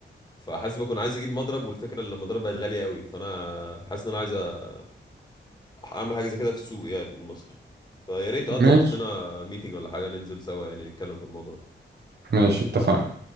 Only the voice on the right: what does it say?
ماشي
ماشي اتفقنا